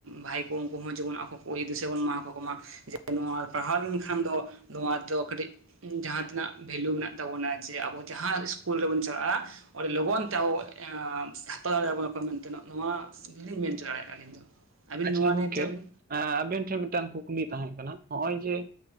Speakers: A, on the right (about 85°); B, on the right (about 45°).
A: ᱵᱷᱟᱭ ᱠᱚ ᱩᱱᱠᱩ ᱦᱚᱸ ᱡᱮᱢᱚᱱ ᱟᱵᱚ ᱠᱚ ᱫᱤᱥᱟᱹ ᱵᱚᱱ ᱮᱢᱟ ᱟᱠᱚ ᱢᱟ ᱡᱮ ᱱᱚᱣᱟ ᱯᱟᱲᱦᱟᱣ ᱞᱮᱱᱠᱷᱟᱱ ᱫᱚ ᱱᱚᱣᱟ ᱨᱮᱫᱚ ᱠᱟᱹᱴᱤᱡ ᱡᱟᱦᱟᱸ ᱛᱤᱱᱟᱹᱜ ᱵᱷᱮᱞᱩ ᱢᱮᱱᱟᱜ ᱛᱟᱵᱚᱱᱟ ᱡᱮ ᱟᱵᱚ ᱡᱟᱦᱟᱸ ᱤᱥᱠᱩᱞ ᱨᱮᱵᱚᱱ ᱪᱟᱞᱟᱜᱼᱟ ᱟᱹᱰᱤ ᱞᱚᱜᱚᱱ ᱛᱮ ᱟᱵᱚ ᱮᱸ ᱦᱟᱛᱟᱣ ᱫᱟᱲᱮᱭᱟᱵᱚᱱᱟ ᱟᱯᱚᱭ ᱢᱮᱱᱛᱮᱱᱟᱜ ᱱᱚᱣᱟ ᱜᱮᱞᱤᱧ ᱢᱮᱱᱪᱚ ᱫᱟᱲᱮᱭᱟᱜᱼᱟ ᱟᱹᱞᱤᱧ ᱫᱚ ᱟᱹᱵᱤᱱ
B: ᱟᱪᱪᱷᱟ
A: ᱱᱚᱣᱟ
B: ᱜᱚᱢᱠᱮ
A: ᱱᱤᱭᱮᱛᱮ ᱟᱹᱵᱤᱱ
B: ᱮ ᱟᱵᱤᱱ ᱴᱷᱮᱱ ᱢᱤᱫᱴᱟᱱ ᱠᱩᱠᱞᱤ ᱛᱟᱦᱮᱸᱠᱟᱱᱟ ᱱᱚᱜᱼᱚᱭ ᱡᱮ